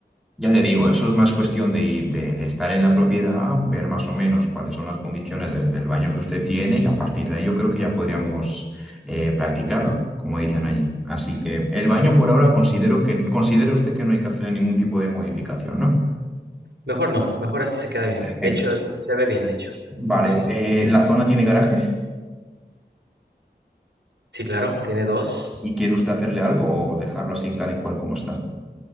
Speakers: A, in the centre; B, on the right.
A: ya te digo, eso es más cuestión de, ir- de- de estar en la propiedad, ver más o menos cuáles son las condiciones del, del baño que usted tiene y a partir de ahí yo creo que ya podríamos eh, practicarlo, como dicen allí. Así que el baño por ahora considero que, considera usted que no hay que hacer ningún tipo de modificación, ¿no?
B: Mejor no, mejor así se queda bien.
A: Perfecto.
B: De hecho, se ve bien, de hecho.
A: Vale,
B: Sí,
A: eh, ¿la zona tiene garaje?
B: sí, claro, tiene dos.
A: ¿Y quiere usted hacerle algo o dejarlo así tal y cual como está?